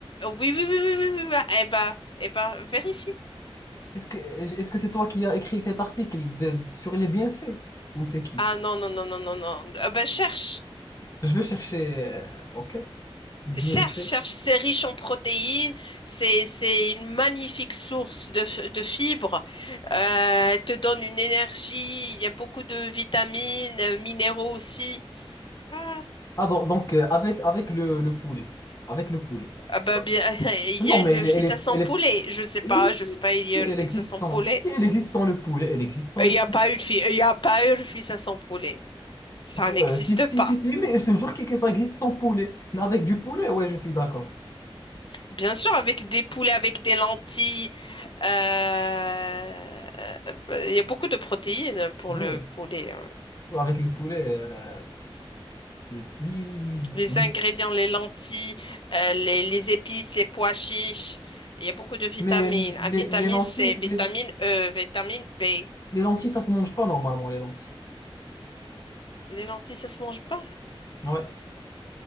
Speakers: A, on the left; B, on the left.
A: Oui, oui, oui, oui, oui, oui, oui. Ah, Eh bah, eh bah, vérifie.
B: Est-ce que est-ce que c'est toi qui as écrit cet article de- sur les bienfaits? Ou c'est qui?
A: Ah non, non, non, non, non, non. Ah bah cherche.
B: Je vais chercher. euh, ok. Bienfaits.
A: Cherche, cherche, c'est riche en protéines, c'est, c'est une magnifique source de, f- de fibres, euh, elle te donne une énergie, il y a beaucoup de vitamines, euh, minéraux aussi. Ah,
B: Ah donc, donc, euh, avec avec le, le poulet. Avec le poulet.
A: Ah
B: Ça.
A: bah bien, <laughs> il
B: Non
A: y a une
B: mais elle est,
A: fissa
B: elle est,
A: sans
B: elle
A: poulet,
B: est-
A: je sais pas,
B: Oui, si,
A: je sais pas, il y
B: si
A: a
B: elle
A: une fissa
B: existe
A: sans
B: sans.
A: poulet.
B: Si elle existe sans le poulet, elle existe sans
A: Euh,
B: le
A: Il y
B: poulet.
A: a pas une fi- il y a pas une fissa sans poulet, ça
B: Euh,
A: n'existe
B: si, si,
A: pas.
B: si, si, mais je te jure que, que ça existe sans poulet. Mais avec du poulet, ouais, je suis d'accord.
A: Bien sûr, avec des poulets, avec des lentilles, euh, euh, euh, il y a beaucoup de protéines pour
B: Oui.
A: le poulet. hein.
B: Avec le poulet, euh, oui. Oui, oui, oui, oui,
A: Les
B: oui.
A: ingrédients, les lentilles, euh, les, les épices, les pois chiches. Il y a beaucoup de vitamines.
B: Mais les,
A: Ah, vitamine
B: les lentilles,
A: C, vitamine
B: les,
A: E, vitamine B.
B: Les lentilles, ça se mange pas normalement, les lentilles.
A: Les lentilles, ça se mange pas?
B: Ouais.